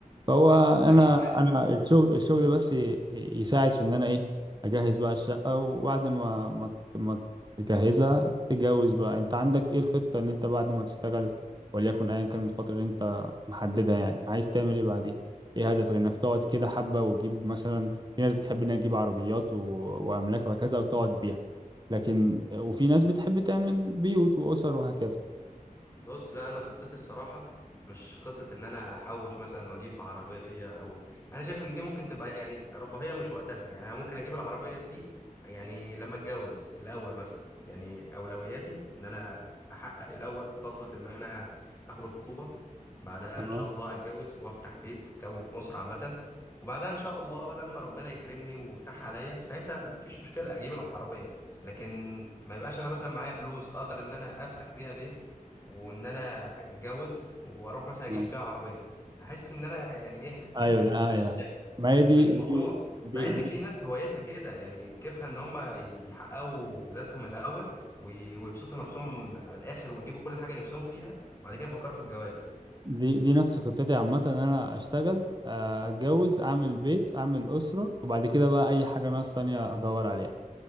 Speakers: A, on the right (about 30°); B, on the left (about 20°).
A: فهو
B: أيوه
A: انا
B: أيوه
A: انا
B: فهمت
A: الشغل الشغل بس ي- يساعد في ان انا ايه اجهز بقى الشقه وبعد ما ما ما تجهزها تتجوز بقى انت عندك ايه الخطه ان انت بعد ما تشتغل وليكن ايا كان الفتره اللي انت محددها يعني عايز تعمل ايه بعديها ايه هدفك انك تقعد كده حبه وتجيب مثلا في ناس بتحب انها تجيب عربيات و... واملاك وهكذا وتقعد بيها لكن وفي ناس بتحب تعمل بيوت واسر وهكذا
B: بص لا انا خطتي الصراحه مش خطه ان انا هحوش مثلا واجيب عربيه او انا شايف ان دي ممكن تبقى يعني رفاهيه مش وقتها يعني انا ممكن اجيب العربيه دي يعني لما اتجوز الاول مثلا يعني اولوياتي ان انا احقق الاول خطوه ان انا اخد الخطوبه بعدها
A: تمام؟
B: ان شاء الله اتجوز وافتح بيت اكون اسره عامه وبعدها ان شاء الله لما ربنا يكرمني ويفتحها عليا ساعتها مفيش مشكله اجيب العربيه لكن ما يبقاش انا مثلا معايا فلوس اقدر ان انا افتح بيها بيت وان انا اتجوز واروح مثلا اجيب
A: اه
B: بيها عربيه احس ان انا يعني ايه
A: ايوه
B: <laughs>
A: ده ايوه
B: مش
A: أيوة. ما
B: مش
A: هي دي
B: مش مبسوط
A: دي دي
B: مع ان
A: دي
B: في ناس هوايتها كده يعني كيفها ان هم يحققوا ذاتهم الاول وي- ويبسطوا نفسهم على الاخر ويجيبوا كل حاجه نفسهم فيها وبعد كده يفكروا في الجواز
A: دي دي نفس خطتي عامة ان انا اشتغل آه، اتجوز اعمل بيت اعمل اسرة وبعد كده بقى اي حاجة ناقص تانية ادور عليها